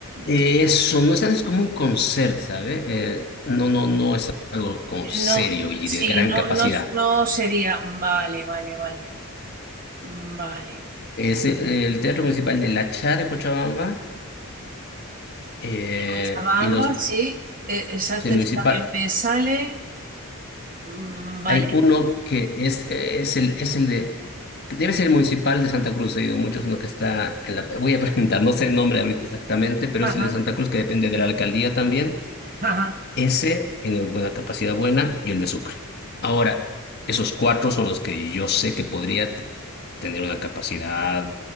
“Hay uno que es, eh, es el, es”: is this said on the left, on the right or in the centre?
Left